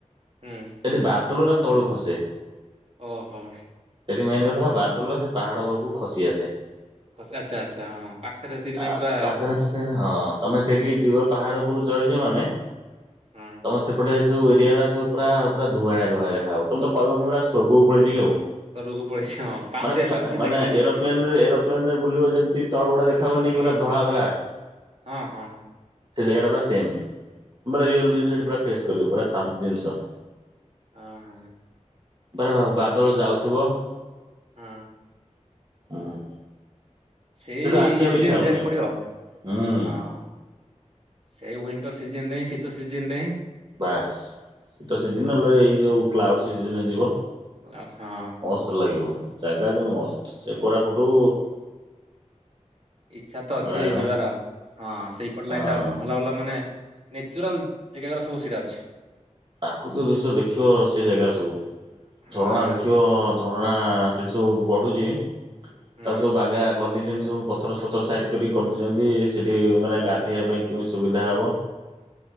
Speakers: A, on the right; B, on the right.
A: ହୁଁ
B: ସେଠି ବାଦଲ ଉରା ତଳୁ ଖସେ।
A: ଓହୋ।
B: ସେଠି ମେନ୍ କଥା ହେଲା ବାଦଲରା ସେ ପାହାଡ ଘରକୁ ଖସି ଆସେ।
A: ଖସି ଆଚ୍ଛା ଆଚ୍ଛା ହଁ ପାଖରେ ସେଇଥିପାଇଁ
B: ଆ
A: ପୁରା
B: ପାଖେରେ କିଛି ନାହିଁ ହଁ ତମେ ସେଇଠିକି
A: ହଁ
B: ଯିବ। ପାହାଡ ଉପରୁ ଚଢ଼ିଯିବ ମାନେ
A: ହଁ
B: ତମ ସେପଟେ ସବୁ ଏରିଆରା ସବୁ ପୁରା ପୁରା ଧୁଆଁଳିଆ ଧୁଆଁଳିଆ ଦେଖା ହବ ତମେ ତ କହିବ ମୁ ପୁରା ସୋର୍ଗ କୁ ପାଳେଇଚି କି ଆଉ।
A: ସୋର୍ଗ କୁ ପଳେଇଛି। ହଁ ପାଉଁଶ
B: ମାନେ ଫ୍ଲା
A: ପାଉଁଶ କିଛି
B: ମାନେ
A: ଦେଖାଯିବନି
B: ଏରୋପ୍ଲେନ ରେ ଏରୋପ୍ଲେନ ରେ ବୁଲିବ ଯେମିତି ତଳ ଗୁଡା ଦେଖା ହଏନି
A: ହୁଁ
B: କି ପୁରା
A: ହୁଁ
B: ଧଳା ଧଳା।
A: ହଁ ହଁ ହଁ।
B: ସେ ଜାଗାଟା ପୁରା ସେମତି ମୁଁ ପରା ରିଅଲ
A: ଆଚ୍ଛା
B: ଜିନିଷ ହେଟି ପୁରା ଫେସ୍ କରିବ ପୁରା ସା ଜିନିଷ।
A: ହଁ ହଁ
B: ତାର ବାଦଳ ଯାଉଥିବ
A: ହୁଁ।
B: ଉଁ
A: ସେଇ
B: ସେଠୁ ଆସିବାକୁ
A: ଇଏ ସିଜିନ
B: ଇଚ୍ଛା ହବନି
A: ଯିବାକୁ ପଡିବ ଆଉ
B: ହୁଁ
A: ହଁ। ସେଇ ଉଇଣ୍ଟର ସିଜିନି ରେ ହିଁ ଶୀତ ସିଜିନି ରେ ହିଁ।
B: ବାସ୍ ଶୀତ ସିଜିନି
A: ହୁଁ
B: ନହେଲେ ଏଇ ଯୋଉ କ୍ଲାଉଡ ସିଜିନି ରେ ଯିବ।
A: କ୍ଲାସ୍ ହଁ।
B: <unintelligible> ଲାଗିବ ଜାଗା କିନ୍ତୁ ମସ୍ତ ସେ କୋରାପୁଟୁ
A: ଇଛା ତ ଅଛି
B: ରାୟଗଡା
A: ଯିବାର ହଁ ସେଇପଟ
B: ହଁ
A: ଲାଇନ ଟା ଭଲ ଭଲ ମାନେ ନ୍ୟଚୁରାଲ ଜାଗା ଗୁରା ସବୁ ସେଇଟା ଅଛି।
B: ପ୍ରାକୃତିକ ଦୃଶ୍ୟ ଦେଖିବ ସେ ଜାଗା ସବୁ
A: ହଁ
B: ଝରଣା ଦେଖିବ ଝରଣା ସେଠି ସବୁ ବଡୁଛି ତାକୁ
A: ହୁଁ।
B: ସବୁ ବାଗା କରି ପକେଇଚନ୍ତି ସବୁ ପଥର ଫଥର ସାଇଟ କରିକି କରିଦେଇଚନ୍ତି ସେଠି ମାନେ ଗାଧୋଇେଇବା ପାଇଁ କେମିତି ସୁବିଧା ହବ।